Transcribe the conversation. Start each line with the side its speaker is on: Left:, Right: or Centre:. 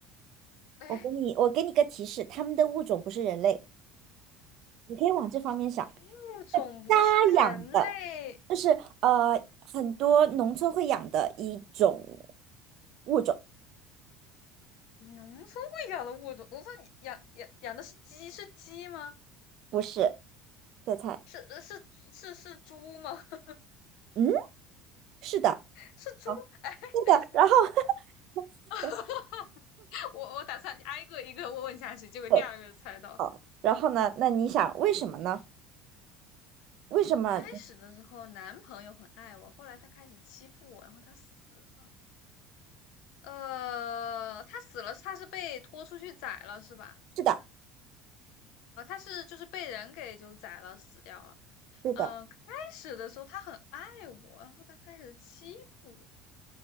Left: <laughs> 哎，
Right: 我给你，我给你个提示，他们的物种不是人类，你可以往这方面想。
Left: 物种不是人类，
Right: 家养的，就是呃，很多农村会养的一种物种，
Left: 你农村会养的物种，农村养养养的是鸡，是鸡吗？
Right: 不是？再猜，
Left: 是是是是猪吗？<laughs>
Right: 嗯，是的，
Left: 是猪？
Right: 好，<laughs>
Left: 哎，
Right: 对的。
Left: 等一下，
Right: 然后，<laughs>
Left: <laughs> 我我打算挨个一个问下去，结果第二个就猜到
Right: 对，好，然后呢？那你想为什么呢？为什么？
Left: 开始的时候男朋友很爱我，后来他开始欺负我，然后他死了。呃，他死了，他是被拖出去宰了是吧？
Right: 是的，
Left: 啊，呃他是就是被人给就宰了死掉了。
Right: 对的，
Left: 嗯，呃开始的时候他很爱我，然后他开始欺负我。